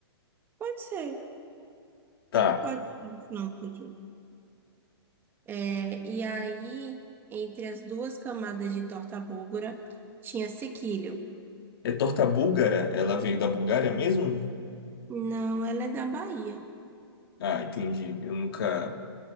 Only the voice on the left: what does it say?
Tá.
É torta búlgara? Ela veio da Bulgária mesmo?
Ah, entendi. Eu nunca,